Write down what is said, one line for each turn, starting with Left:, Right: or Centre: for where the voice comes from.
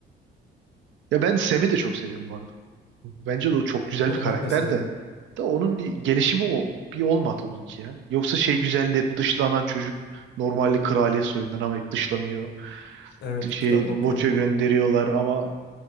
Right: Ya ben Sam'i de çok seviyorum bu arada. Bence de o çok güzel
Left: Yani
Right: bir karakter
Left: ben de seviyorum.
Right: de. Da onun gelişimi o bir olmadı onunki ya. Yoksa şey güzeldi hep dışlanan çocuk normalde kraliyet soyundan ama hep dışlanıyor
Left: Evet.
Right: şey
Left: Kitap okuyan
Right: Voç'a gönderiyorlar
Left: biri.
Right: ama